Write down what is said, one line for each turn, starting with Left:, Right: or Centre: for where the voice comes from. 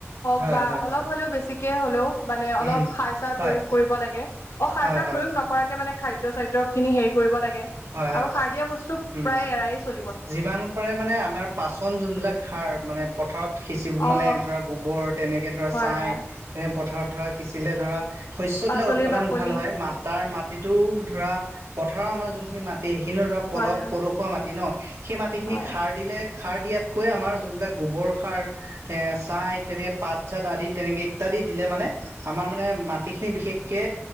Left: হওক
Right: হয়,
Left: বা
Right: হয়,
Left: অলপ হলেও বেছিকে হলেও মানে অলপ
Right: উম,
Left: সাৰ চাৰ
Right: হয়,
Left: প্ৰয়োগ কৰিব লাগে অ সাৰ
Right: হয়,
Left: চাৰ
Right: হয়,
Left: প্ৰয়োগ নকৰাকে মানে খাদ্য চাদ্য খিনি হেৰি কৰিব লাগে
Right: হয়, হয়,
Left: আৰু সাৰ দিয়া বস্তু
Right: উম।
Left: প্ৰায়ে
Right: যিমান পাৰে মানে আমাৰ পাচন যোনবিলাক সাৰ মানে পথাৰত সিঁচি
Left: অ
Right: মানে ধৰা গোবৰ তেনেকে ধৰা
Left: হয়
Right: ছাই
Left: হয়
Right: তেনে পথাৰত ধৰা সিঁচিলে ধৰা সৈশ্য
Left: পাচলিৰ
Right: বিলাক উৎপাদন
Left: বাকলি
Right: ভাল হয় ম তাৰ মাটিতো ধৰা পথাৰৰ আমাৰ যোনখিনি মাটি মাটি সেইখিনিও ধৰা পলস
Left: হয় হয়
Right: পলসুৱা মাটি ন সেই মাটিখিনি
Left: হয়
Right: সাৰ দিলে সাৰ দিয়াত তাতকৈ আমাৰ যোনবিলাক গোবৰ সাৰ এ ছাই তেনেকে পাত চাত আদি তেনেকে ইত্যাদিত দিলে মানে আমাৰ মানে মাটি খিনি বিশেষকে